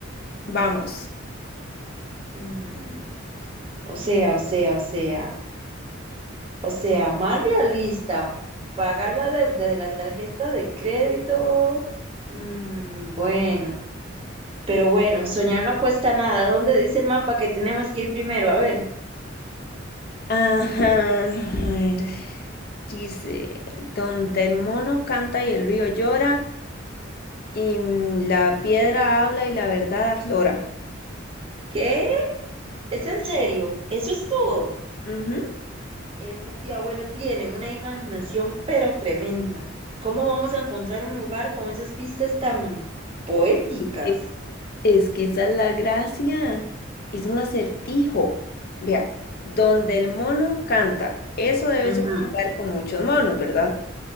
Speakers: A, on the left (about 50°); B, on the right (about 30°).
A: vamos.
B: Mm, o sea, o sea, o sea. O sea, más realista, pagar la deuda de la tarjeta de crédito. mm, bueno, pero bueno, soñar no cuesta nada. ¿Dónde dice el mapa que tenemos que ir primero? A ver,
A: Ajá. a ver, Dice, donde el mono canta y el río llora, y mm, la piedra habla y la verdad aflora.
B: ¿qué? ¿Es en serio? ¿Eso es todo?
A: Ujú.
B: Esta tía abuela tiene una imaginación pero tremenda. ¿Cómo vamos a encontrar un lugar con esas pistas tan poéticas?
A: Ok. Es que esa es la gracia. Es un acertijo. Vea, donde el mono canta, eso debe
B: Ujú.
A: ser un lugar con muchos monos, ¿verdad?